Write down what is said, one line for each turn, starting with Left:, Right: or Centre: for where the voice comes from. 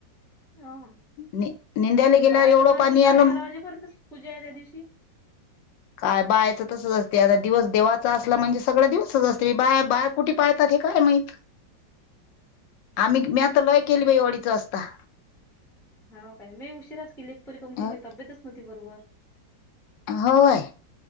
Centre: हा
Left: नि निंद्याला गेल्यावर
Centre: बाहेर
Left: एवढं
Centre: तर म्हणत
Left: पाणी
Centre: कि साडेबारा
Left: आलं म-
Centre: वाजेपर्यंतच पूजा आहे त्या दिवशी
Left: काय बायचं तसच असते आता दिवस देवाचा असला म्हणजे सगळा दिवसच अस तु बा बाया कुठे पाळतात हे काय माहित आम्ही मी आता लय केली बा डीच असता
Centre: हो काय मी उशीराच केली एकपरी काऊन की
Left: अ-
Centre: माझी तब्येतच नव्हती बरोबर
Left: होय